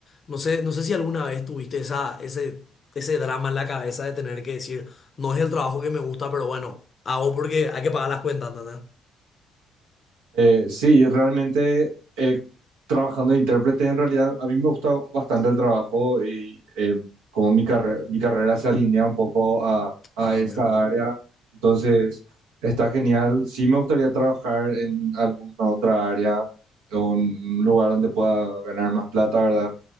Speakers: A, on the left; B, on the right.
A: No sé, no sé si alguna vez tuviste esa, ese, ese drama en la cabeza de tener que decir, no es el trabajo que me gusta, pero bueno, hago porque hay que pagar las cuentas, ¿entendés?
B: Eh, sí, realmente eh, trabajando de intérprete, en realidad a mí me gusta bastante el trabajo y eh, como mi carre- mi carrera se alinea un poco a, a
A: Ah,
B: esta
A: mira, un poco.
B: área, entonces está genial. Sí me gustaría trabajar en alguna otra área o en un lugar donde pueda ganar más plata, ¿verdad?